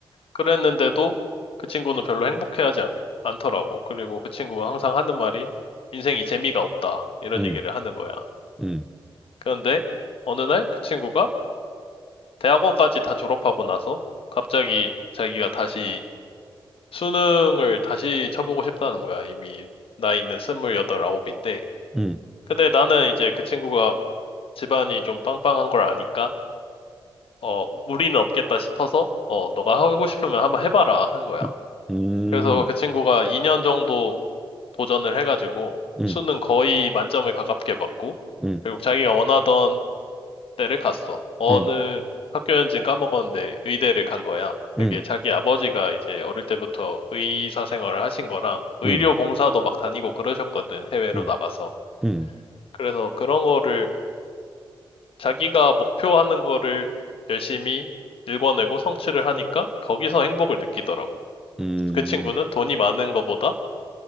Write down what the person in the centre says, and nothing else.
음,
음,
음,
음, 음,
음,
음,
음,
음,
음, 음,
음,
음.
음.